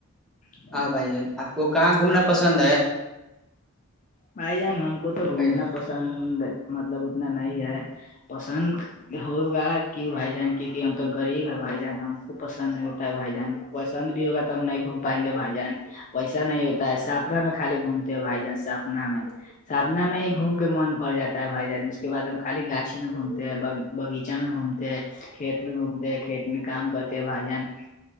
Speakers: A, on the left; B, in the centre.
A: <unintelligible>
B: ہاں بھائی جان آپ کو کہاں گھومنا پسند ہے
A: میںئی جانا ہم کو تو گھومنا
B: ا جی
A: پسند مطلب اتنا نہیں ہے پسند ہوگا کیوں بھائی جان کیک ہم تو غریب ہے بھائی جان ہم کو پسند نہیں ہوتا ہے بھائی جان پسند بھی ہوگا تو ہم نہیں گھوم پائیں گے بھائی جان پیسا نہیں ہوتا ہے ساپنا میں خالی گھومتے ہو بھائی جان ساپنا میں ساپنا میں ہی گھوم کے من بھر جاتا ہے بھائی جان اس کے بد ہم خالی گاچھی میں گھومتے ہیں باغیچہ میں گھومتے کھیت میں گھومتے کھیت میں کام کرتے ہیں بھائی جان